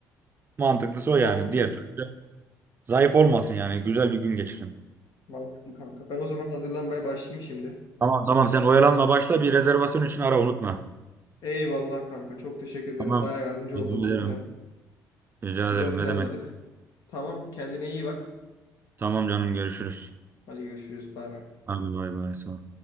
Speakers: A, on the right; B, on the left.
A: Mantıklısı o
B: Mantıklı.
A: yani. Diğer türlü. Zayıf olmasın yani. Güzel bir gün geçirin.
B: Mantıklı kanka. Ben o zaman hazırlanmaya başlayayım şimdi.
A: Tamam tamam sen oyalanma başla bir rezervasyon için ara unutma.
B: Eyvallah kanka. Çok teşekkür ederim.
A: Tamam.
B: baya yardımcı
A: Rica
B: oldu bu
A: ederim.
B: plan.
A: Rica
B: Güzel
A: ederim
B: planladık.
A: ne demek.
B: Tamam. Kendine iyi bak.
A: Tamam canım görüşürüz.
B: Hadi görüşürüz. Bay bay.
A: Hadi bay bay sağ ol.